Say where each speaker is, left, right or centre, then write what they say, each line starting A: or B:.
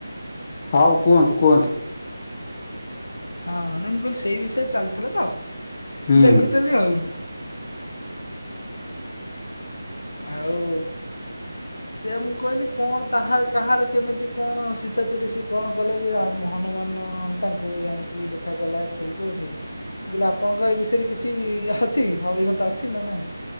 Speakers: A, on the left; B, on the left.
A: ହଉ କୁହନ୍ତୁ କୁହନ୍ତୁ।
B: ହଁ ନାଇଁ ମୁଁ କହିଲି ସେଇ ବିଷୟରେ ଚାଲିଥିଲା ତ
A: ହୁଁ
B: ଦେଖୁଥିଲି ଆଉ। ଆଉ ସେଇଆ ମୁଁ କହିଲି କଣ ତାହା କାହାର କେମିତି କଣ ସୀତାଚୋରି ସେ କଣ? ଗଲେ ଯେ ର ହନୁମାନ ତାଙ୍କୁ ଯାଇକି ଦେଖା କଲା ଏଠି କୋଉଠି। ବୁଲେ ଆପଣଙ୍କ ଏ ବିଷୟରେ କିଛି ଇଏ ଅଛି ଅଭିଜ୍ଞତା ଅଛି ନା ନହିଁ।